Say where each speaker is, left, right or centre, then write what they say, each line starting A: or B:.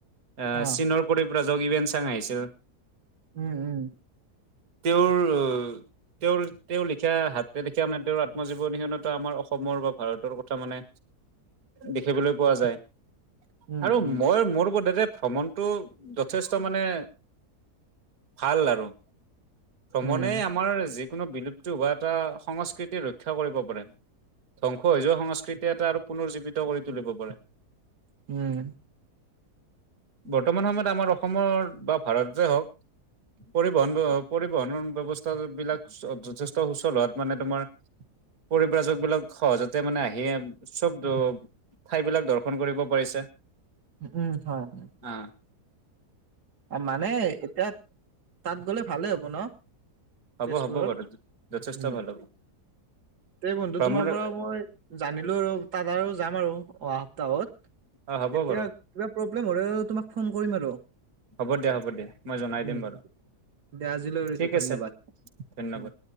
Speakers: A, on the right (about 65°); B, on the right (about 80°).
A: আ
B: অ
A: চীনৰ পৰিব্ৰাজক হিউৱেন চাঙ আহিছিল।
B: হু উম।
A: তেওঁৰ অ তেওঁৰ তেওঁ লিখা হাতে লিখা মানে তেওঁৰ আত্মজীৱনীখনটো আমাৰ অসমৰ বা ভাৰতৰ ক থা মানে দেখিবলৈ পোৱা
B: অ
A: যায়
B: উম
A: আৰু
B: উম
A: মই মোৰ বোধেৰে ভ্ৰমণ টো যথেষ্ট মানে ভাল আৰু। ভ্ৰমণে
B: উম
A: আমাৰ যি কোনো বিলুপ্তি হোৱা এটা সংস্কৃতি ৰক্ষা কৰিব পাৰে। ধ্বংস হৈ যোৱা সংক কৃতি এটা আৰু পুনৰ জীৱিত কৰি তুলিব পাৰে।
B: হুম।
A: বৰ্তমান সময়ত আমাৰ অসমৰ বা ভাৰততে হওঁক পৰিবহন পৰিবহণৰ ব্যৱস্থা বিলাক যথে ত সুচল হোৱাত মানে তোমাৰ পৰিব্ৰাজকবিলাক সহজতে মানে আহ হি চব ঠাই বিলাক দৰ্শন কৰিব পাৰিছে।
B: উম হয়, হয়।
A: আ।
B: অ মানে এতিয়া তাত গলে ভালে হ'ব ন?
A: হ'ব
B: তেজপুৰত?
A: হ'ব বাৰু যথেষ্ট
B: হুম।
A: ভাল হ'ব
B: তে বন্ধু
A: ভ্ৰমণৰ
B: তোমাৰ পৰা মই জানিলো আৰু তাত আৰু যাম আৰু অহা সপ্তাহত।
A: অ হ'ব
B: তেতিয়া
A: বাৰু
B: কিবা প্ৰব্লেম হ'লেটো তোমাক ফোন কৰিম আৰু।
A: হ'ব দিয়া, হ'ব দিয়া। মই জনাই
B: উম,
A: দিম বাৰু।
B: দে আজিলৈ এৰিছো
A: ঠিক আছে,
B: ধন্যবাদ।
A: ধন্যবাদ।
B: উম।